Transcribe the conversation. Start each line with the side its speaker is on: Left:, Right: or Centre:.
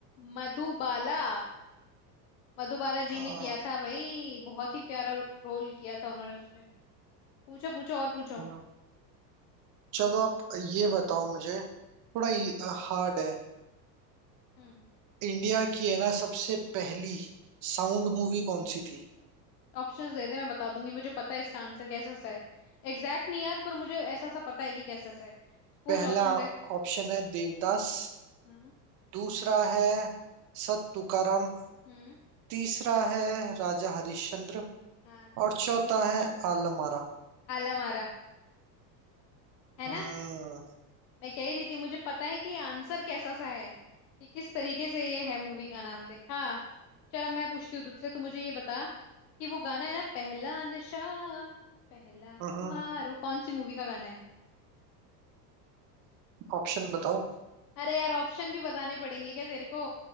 Left: मधुबाला मधुबाला
Right: अ,
Left: जी ने किया था भाई बहुत ही प्यारा रोल किया था उन्होंने उसमें पूछो पूछो और पूछो
Right: हम्म, चलो आप ये बताओ मुझे थोड़ा हार्ड है
Left: हम्म
Right: इंडिया की है ना सबसे पहली साउंड मूवी कौन सी थी
Left: ऑप्शंस दे दे मैं बता दूंगी मुझे पता है इसका आंसर कैसा सा है एग्जैक्ट नहीं याद पर मुझे ऐसा सा पता है कि कैसा सा है तो पूछ
Right: पहला
Left: ऑप्शन दे
Right: ऑप्शन है देवदास
Left: हम्म
Right: दूसरा है सत तुकाराम
Left: हम्म
Right: तीसरा है राजा हरिश्चंद्र
Left: हाँ
Right: और चौथा है आलम आरा
Left: आला मारा है
Right: हम्म
Left: ना मैं कह ही रही थी मुझे पता है कि आंसर कैसा सा है कि किस तरीके से ये है मूवी का नाम देखा चल अब मैं पूछती हूँ तुझसे तू मुझे ये बता कि वो गाना है ना पहला नशा पहला
Right: हम्म,
Left: खुमार वो कौन सी मूवी का गाना है
Right: ऑप्शन बताओ
Left: अरे यार ऑप्शन भी बताने पड़ेंगे क्या तेरे को